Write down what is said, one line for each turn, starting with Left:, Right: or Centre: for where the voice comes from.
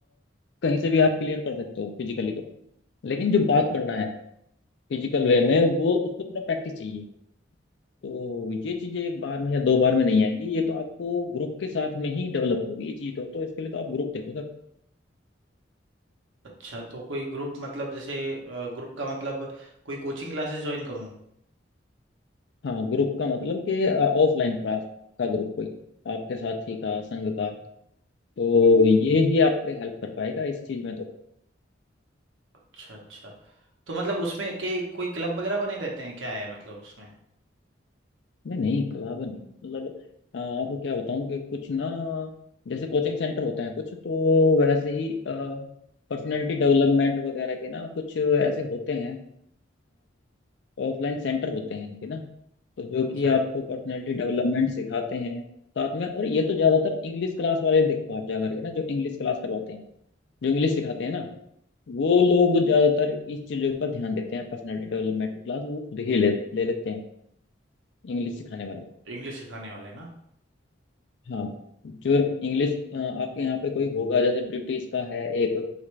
Left: कहीं से भी आप क्लियर कर सकते हो फिजिकली तो लेकिन जो बात करना है फिजिकल वे में वो उसको थोड़ा प्रैक्टिस चाहिए तो ये चीजें एक बार में या दो बार में नहीं आएंगी ये तो आपको ग्रुप के साथ में ही डेवलप होगी ये चीज तो, तो इसके लिए तो आप ग्रुप देखो सर
Right: अच्छा तो कोई ग्रुप मतलब जैसे ग्रुप का मतलब कोई कोचिंग क्लासेस ज्वाइन करूँ
Left: हाँ ग्रुप का मतलब कि ऑफलाइन क्लास का ग्रुप कोई आपके साथी का संघ का तो ये ही आपके हेल्प कर पाएगा इस चीज में तो
Right: अच्छा अच्छा तो मतलब उसमें के कोई क्लब वगैरह बने रहते हैं क्या है मतलब उसमें
Left: नहीं नहीं क्लब नहीं मतलब अ, आपको क्या बताऊं कि कुछ ना जैसे कोचिंग सेंटर होते हैं कुछ तो वैसे ही पर्सनैलिटी डेवलपमेंट वगैरह के ना कुछ ऐसे होते हैं ऑफलाइन सेंटर होते हैं इनके ना तो जो
Right: अच्छा
Left: कि आपको पर्सनैलिटी डेवलपमेंट सिखाते हैं साथ में और ये तो ज्यादातर इंग्लिश क्लास वाले देखो आप जा करके ना जो इंग्लिश क्लास करवाते हैं जो इंग्लिश सिखाते हैं ना वो लोग ज्यादातर इस चीजों पर ध्यान देते हैं पर्सनालिटी डेवलपमेंट की क्लास वो खुद ही ले ले लेते हैं इंग्लिश सिखाने वाले
Right: इंग्लिश सिखाने वाले ना
Left: हाँ जो इंग्लिश अ, आपके यहाँ पे कोई होगा जैसे ब्रिटिश का है एक